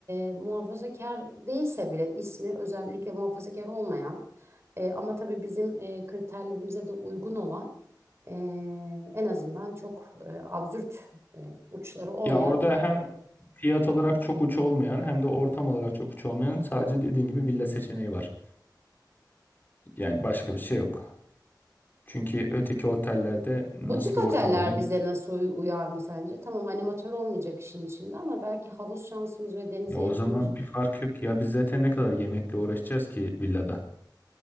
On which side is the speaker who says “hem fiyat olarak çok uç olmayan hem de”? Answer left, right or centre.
Left